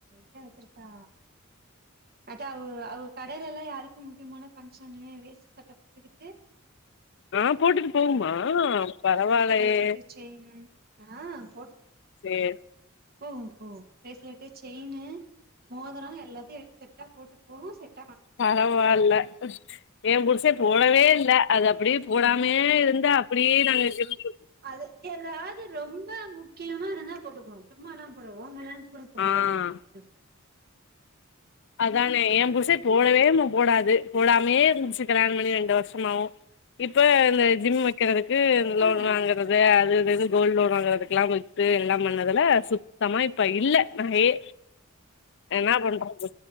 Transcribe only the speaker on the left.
ஆ போட்டுட்டு போகுமா பரவால்லையே
சேர்
பரவால்ல எ புருஷ போடவே இல்ல அது அப்டி
போடாமே இருந்து அப்டியே நாங்க கிஃப்ட் குடுத்
ஆ
அதானே எ புருச போடவேம் போடாது போடாமே இருந்துச்சு கல்யாண பண்ணி ரெண்டு வருஷமாவு இப்ப இந்த ஜிம் வக் கிறதுக்கு லோன்
வாங்க றது அது இது கோல்டு லோன் வாங்குறதுக்கெல்லா போட்டு எல்லா பண்ணதுல சுத்தமா இப்ப இல்ல நகையே என்னா பண்றது